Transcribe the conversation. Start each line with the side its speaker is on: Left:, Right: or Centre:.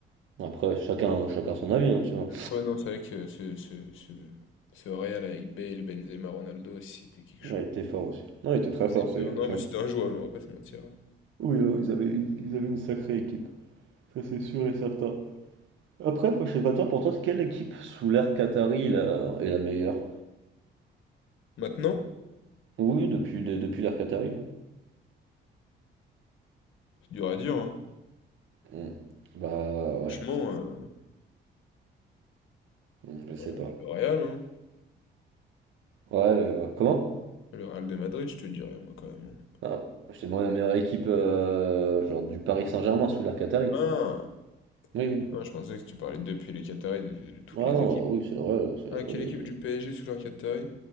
Right: Bon, Après, chacun, chacun son avis, hein, tu vois.
Left: Le problème, non, c'est vrai que ce, ce, ce, ce Real avec Bale, Benzema, Ronaldo, c'était quelque
Right: Ouais,
Left: chose.
Right: il était fort aussi. Non, il était très
Left: Ça faisait
Right: fort, ça
Left: peur.
Right: y a aucun.
Left: Non, mais c'était injouable, on va pas se mentir. hein.
Right: Oui, euh, ils avaient une, ils avaient une sacrée équipe. Ça, c'est sûr et certain. Après, je sais pas toi, pour toi, quelle équipe sous l'ère Qatari là, est la meilleure?
Left: Maintenant,
Right: Oui, depuis, de- depuis l'ère Qatari.
Left: c'est dur à dire, hein.
Right: Hmm. Bah
Left: Franchement,
Right: ouais,
Left: euh,
Right: Hmm, je sais
Left: ouais,
Right: pas.
Left: le Real, hein.
Right: Ouais, le- comment?
Left: Le Real de Madrid, je te dirais, moi, quand même. hein.
Right: Ah, je t'ai demandé la meilleure équipe euh, genre du Paris Saint-Germain sous l'ère Qatari.
Left: Ah,
Right: Oui, oui.
Left: Ah, je pensais que tu parlais depuis les Qataris, de, de toutes
Right: Ah
Left: les
Right: non,
Left: équipes.
Right: oui, c'est le Real, ça y
Left: Ah,
Right: a pas
Left: quelle
Right: de.
Left: équipe du PSG sous leur Qataris?